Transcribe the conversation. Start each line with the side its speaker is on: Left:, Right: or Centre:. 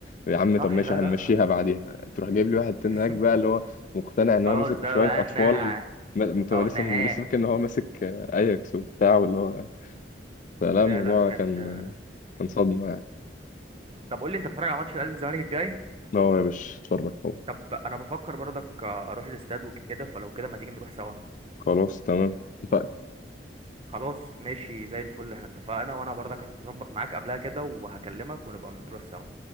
Left: يا عم
Right: صح
Left: طب ماشي
Right: لا
Left: هنمشيها
Right: لا
Left: بعديها تروح جايب لي واحد تنهاج
Right: <laughs>
Left: بقى اللي هو مقتنع ان
Right: خلاص
Left: هو ماسك
Right: ده
Left: شويه
Right: بقى
Left: اطفال
Right: انها
Left: م- مت-
Right: اه
Left: لسه
Right: نهاه
Left: لسه فاكر ان هو ماسك آه، اياكس وبتاع واللي هو فلا
Right: لا
Left: الموضوع
Right: لا كانت
Left: كان كان صدمة يعني
Right: طب قول لي انت بتتفرج على ماتش الاهلي والزمالك الجاي
Left: لا هو يا باشا اتفرج طبعا
Right: طب انا بفكر برضك آه، اروح الاستاد وكده فلو كده ما تيجي نروح سوا
Left: خلاص تمام اتفقنا
Right: خلاص ماشي زي الفل احنا اتفقنا وانا برضك هظبط معاك قبلها كده وهكلمك ونبقى نروح سوا